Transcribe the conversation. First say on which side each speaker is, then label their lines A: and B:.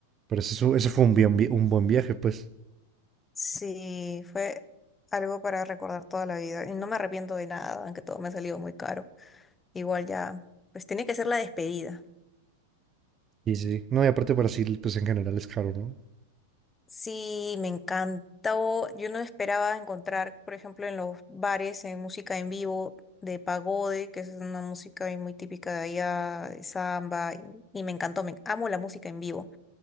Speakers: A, on the right; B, on the left.
A: Pero eso, eso- fue un, bien vi- un buen viaje, pues.
B: Sí, fue algo para recordar toda la vida. Y no me arrepiento de nada, aunque todo me ha salido muy caro. Igual ya, pues tiene que ser la despedida.
A: Y sí. No, y aparte Brasil, pues en general es caro, ¿no?
B: Sí, me encantó. Yo no esperaba encontrar, por ejemplo, en los bares, en música en vivo de pagode, que es una música ahí muy típica de allá, de samba, y, y me encantó, me amo la música en vivo.